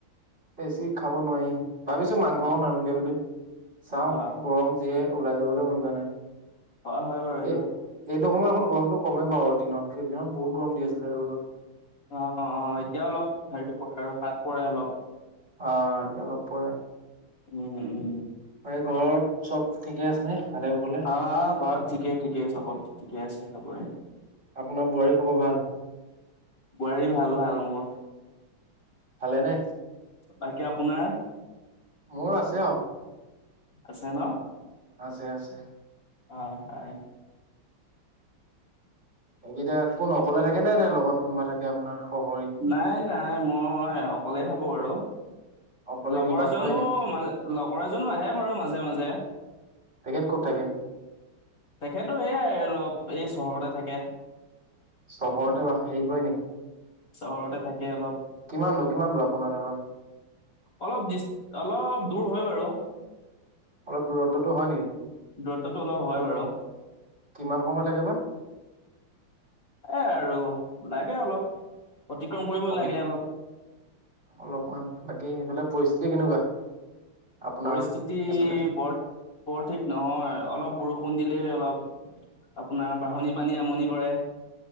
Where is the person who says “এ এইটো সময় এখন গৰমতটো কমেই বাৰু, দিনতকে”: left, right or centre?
Right